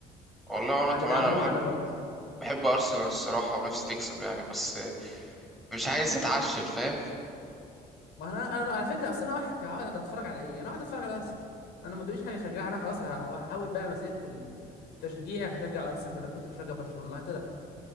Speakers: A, in the centre; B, on the left (about 80°).
A: والله وانا
B: بعد
A: كمان
B: اللي عمله
A: انا بحب
B: معانا برضه
A: بحب ارسنال الصراحه ونفسي تكسب يعني بس آه، مش عايز اتعشم فاهم
B: ما انا انا على فكره اصل انا واحد كان قاعد هتفرج على ايه انا قاعد اتفرج على ارسنال انا ما ادريش حاجه اشجعها انا خلاص ه- هحاول بقى مسيره التشجيع هشجع ارسنال بدل ما كنت بشجع برشلونه ما هي طلعت